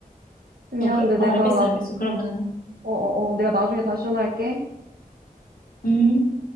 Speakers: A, on the right; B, on the left.
A: 미안한데
B: 어, 그,
A: 내가
B: 어, 알겠어,
A: 나,
B: 알겠어. 그러면은,
A: 어, 어, 어, 내가 나중에 다시 전화할게.
B: 음.